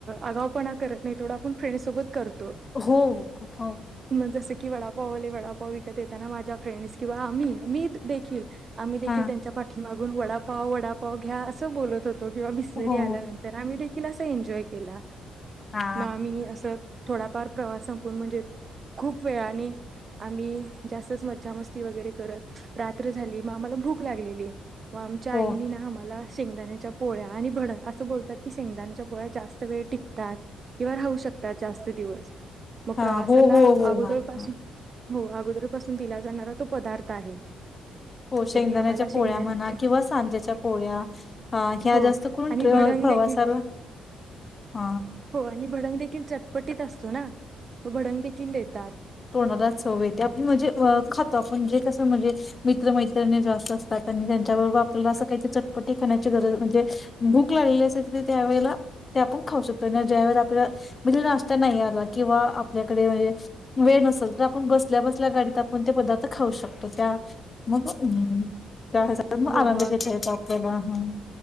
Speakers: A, on the right; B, on the left.
A: आगाऊपणा करत नाही तेवढा आपण फ्रेडसोबत करतो,
B: हो हो खूप हो
A: म जसं की की वडापाववाले वडापाव विकत येताना माझ्या फ्रेंडस किंवा आम्ही, मी देखील आम्ही देखील
B: हा
A: त्यांच्या पाठीमाग गुनं वडापाव, वडापाव घ्या असं बोलत होत किंवा बिसलेरी
B: हो
A: आल्यानंतर आम्ही देखील असं एन्जॉय केला.
B: हा
A: मग आम्ही असं, थोडाफार प्रवास संपून म्हणजे खूप वेळाने, आम्ही, जास्तच मज्जा मस्त ती वगैरे करत. रात्र झाली. मग आम्हाला भूक लागलेली <unintelligible> मग आमच्या
B: हो
A: आईनी ना आम्हाला शेंगदाण्याच्या पोळ्या आणि भंडग. असं बोलतात की, शेंगदाण्याच्या पोळ्या जास्त वेळ टिकतात. किंवा राहू शकतात जास्त दिवस. मग
B: हा
A: प्रवासाला
B: हो हो हो
A: अगोदर
B: मॅम हा.
A: पासून हो अगोदर पासून दिला जाणार तो पदार्थ आहे.
B: हो, शेगंदाण्याच्या
A: आम्हाला शेंगदाण्याची
B: पोळ्या म्हणा किंवा सांज्याच्या पोळ्या. ह्या
A: हो
B: जास्त करून
A: आणि भडंग
B: प्रवासाला,
A: देखील
B: अ
A: हो आणि भंडग देखील चटपटीत असतो ना. व भंडग देखील देतात.
B: तोडाला चव येतीया, आपण म्हणजे खातो आपण जे कसं म्हणजे मित्र मैत्रिणी जास्त असतात. आणि त्यांच्याबरोबर आपल्याला असं काहीत चटपटी खाण्याची गरज म्हणजे भूक लागलेली असते तर त्यावेेळेला ते आपण खाऊ शकतो. ज्या वेळे आपल्याला म्हणजे नाश्ता नाही आला किंवा आपल्याकडे म्हणजे वेळ नसेल तर आपण बसल्या बसल्या गाडीत आपण ते पदार्थ खाऊ शकतो. त्या मग त्या हेचा मग
A: हो
B: आनंद
A: हो अगदी
B: घेता येतो आपल्याला. हं,